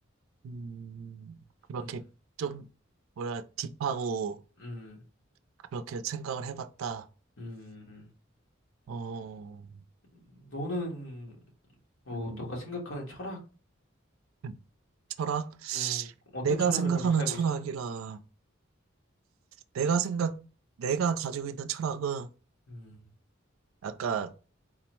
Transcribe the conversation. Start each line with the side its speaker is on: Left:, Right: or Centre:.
Right: 음, 그렇게
Left: 음,
Right: 좀, 뭐라, 딥하고,
Left: 음,
Right: 그렇게 생각을 해봤다.
Left: 음.
Right: 어,
Left: 너는, 뭐,
Right: 음,
Left: 너가 생각하는 철학,
Right: 음, 철학?
Left: 음, 어떤
Right: 내가
Left: 철학을
Right: 생각하는
Left: 가지고 살고
Right: 철학이라,
Left: 있어?
Right: 내가 생각, 내가 가지고 있는 철학은
Left: 음,
Right: 약간